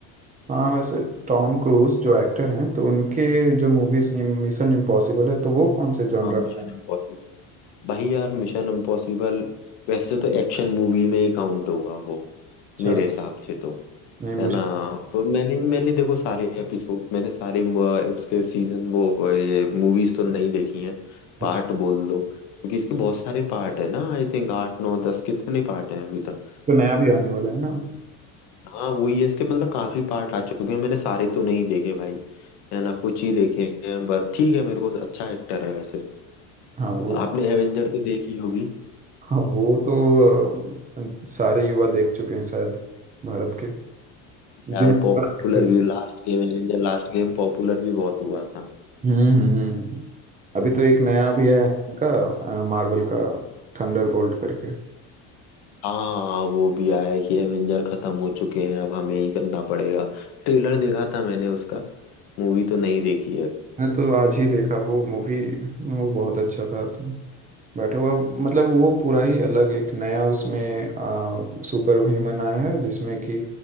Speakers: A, on the right; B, on the left.
A: हाँ वैसे टॉम क्रूज जो एक्टर हैं तो उनके जो मूवीज मिशन इम्पॉसिबल है तो वो कौन से जॉनर
B: हाँ मिशन
A: में है
B: इम्पॉसिबल भाई यार मिशन इम्पॉसिबल वैसे तो एक्शन मूवी में ही काउंट होगा वो
A: अच्छा
B: मेरे हिसाब से तो
A: नहीं
B: है
A: मुझे
B: ना पर मैंने मैंने देखो सारे एपिसोड मैंने सारे म- उसके सीजन वो वो ये मूवीज तो नहीं देखी हैं पार्ट
A: अच्छा
B: बोल दो क्योंकि इसके बहुत सारे पार्ट है ना आई थिंक आठ नौ दस कितने पार्ट हैं अभी तक
A: तो नया भी आने वाला है ना
B: हाँ वही है इसके मतलब काफी पार्ट आ चुके हैं मैंने सारे तो नहीं देखे भाई है ना कुछ ही देखे हैं बट ठीक है मेरे को अच्छा एक्टर है वैसे
A: हाँ वो
B: आपने
A: तो
B: एवेंजर तो देखी होगी
A: हाँ वो तो अ, सारे युवा देख चुके हैं शायद भारत के जिनके
B: यार पॉपुलर
A: पास access-
B: भी last game avenger last game popular भी बहुत हुआ था
A: हम्म हम्म हम्म। अभी तो एक नया भी है उनका मार्वल का थंडरबोल्ट करके
B: हाँ वो भी आया है कि एवेंजर खत्म हो चुके हैं अब हमें ही करना पड़ेगा ट्रेलर देखा था मैंने उसका मूवी तो नहीं देखी है
A: मैं तो आज ही देखा वो मूवी वो बहुत अच्छा था तो बैठा हुआ मतलब वो पूरा ही अलग एक नया उसमें आ, सुपर ह्यूमन आया है जिसमें कि